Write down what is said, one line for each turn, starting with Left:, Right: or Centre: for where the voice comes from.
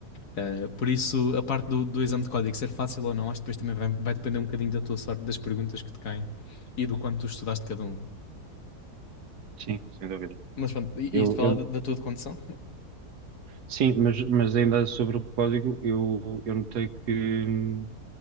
Left: Uh, por isso, a parte do, do exame de código ser fácil ou não, acho que depois também vai, vai depender um bocadinho da tua sorte, das perguntas que te caem e do quanto tu estudaste cada uma.
Right: Sim, sem dúvida.
Left: Mas pronto, i-
Right: Eu,
Left: isto fala
Right: eu,
Left: da da tua condição?
Right: Sim, mas, mas ainda sobre o código, eu, eu notei que hum,